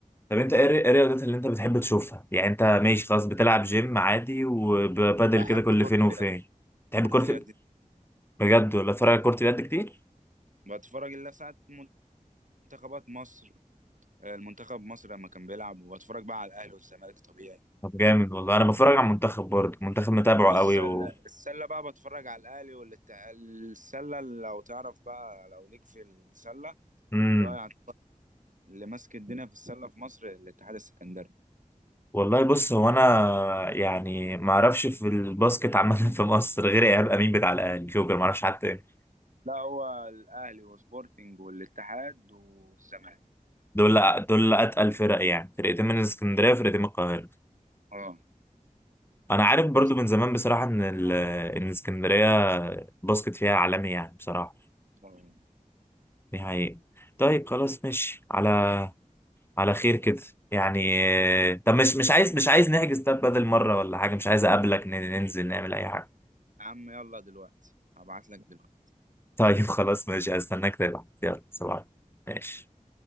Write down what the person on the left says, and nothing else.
طب انت ايه إيه الرياضات اللي انت بتحب تشوفها يعني انت ماشي خلاص بتلعب جيم عادي وبادل
كده كل
فين وفين
تحب
كرة
ال-
بجد ولا تتفرج على كرة اليد كتير
طب جامد والله انا بتفرج على المنتخب برضه المنتخب متابعه
قوي و...
مم.
والله بص هو انا يعني ما اعرفش في الباسكت عامه <laughs> في مصر غير ايهاب امين بتاع الاهلي جوكر ما اعرفش حد تاني
دول دول اتقل فرق يعني فرقتين من اسكندريه وفرقتين من القاهره
انا عارف برضو
من زمان بصراحه ان ال- ان اسكندريه الباسكت فيها عالمي يعني بصراحه
دي حقيقه طيب خلاص ماشي على على خير كده يعني آه، طب مش مش عايز مش عايز نحجز طب بدل مره ولا حاجه مش عايز اقابلك ن- ننزل نعمل اي حاجه
<laughs> طيب خلاص ماشي استناك تبعت يلا صباح الخير. ماشي